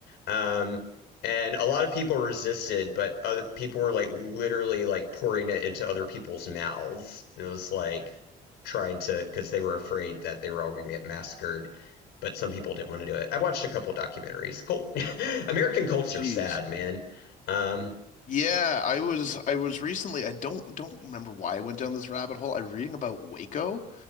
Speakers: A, on the left; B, on the left.
A: Um, and a lot of people resisted, but other people were like literally like pouring it into other people's mouths. It was like trying to because they were afraid that they were all gonna get massacred. But some people didn't want to do it. I watched a couple documentaries. Cult, <laughs> American cults
B: geez.
A: are sad, man. Um,
B: Yeah, I was I was recently I don't don't remember why I went down this rabbit hole. i was reading about Waco.